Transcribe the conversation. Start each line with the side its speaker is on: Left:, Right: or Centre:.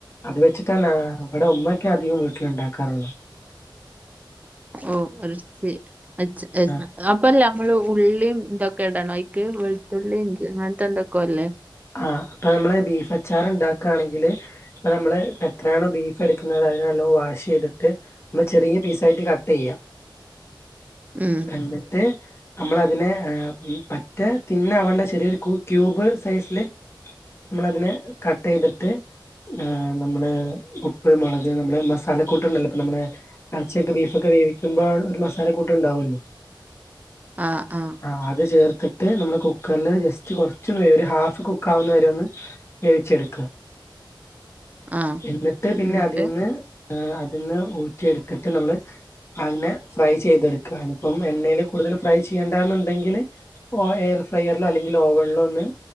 Left: അത് വെച്ചിട്ടെന്നാ ഇവിടെ ഉമ്മയോക്കെ അധികം വീട്ടില് ണ്ടാക്കാറുള്ള
Right: ഉം ഒര് സീ അച്ച് <unintelligible>
Left: ആ
Right: അതാപ്പല്ല നമ്മള് ഉള്ളിയും ഇതൊക്കെ ഇടണോയ്ക്ക് വെളുത്തുള്ളിഇഞ്ചി അങ്ങനത്തെ എന്തൊക്കോല്ലേ
Left: ആഹ് അപ്പൊ നമ്മള് ബീഫച്ചാർ ഇണ്ടാക്കാണെങ്കില് ഇപ്പ നമ്മള് ഇപ്പെത്രയാണോ ബീ ഫെറിക്കുന്ന അത് നലൊന്ന് വാഷെയ്തിട്ട് ചെറിയ പീസായിട്ട് കട്ടെയ്യ
Right: ഉം
Left: എന്നിട്ട് നമ്മളതിനെ ഏ ഉം പറ്റ തിന്നവണ്ട ചെറിയൊരു കു ക്യൂബ് സൈസില് നമ്മളതിനെ കട്ടെയ്തിട്ട് ആഹ് നമ്മള് ഉപ്പ് മുളക് നമ്മളെ മസാലക്കൂട്ടുണ്ടല്ലോ ഇപ്പ നമ്മളെ ഇറച്ചിയൊക്കെ ബീഫൊക്കെ വേവിക്കുമ്പോൾ ഒരു മസാല കൂട്ട് ണ്ടാവല്ലോ
Right: ആഹ് ആഹ്
Left: ആഹ് അത് ചേർത്തിട്ട് നമ്മള് കുക്കറ്ല് ജസ്റ്റ് കൊറച്ചോന്ന് വെവോര ഹാഫ് കുക്കാവുന്ന വരെ ഒന്ന് വേവിച്ചെടുക്ക
Right: ആഹ്
Left: എന്നിട്ട് പിന്നെ
Right: എന്നിട്ട്
Left: അതിന്ന് അത് ന്ന് ഊറ്റിയെടുത്തിട്ട് നമ്മള് അതിനെ ഫ്രൈ ചെയ്തെടുക്ക എനിപ്പം എണ്ണൊൽ കൂടുതൽ ഫ്രൈ ചെയ്യേണ്ടന്നുണ്ടെങ്കില് ഓ എയർ ഫ്രയറിലോ അല്ലെങ്കിൽ ഓവണ്ലോ ഒന്ന്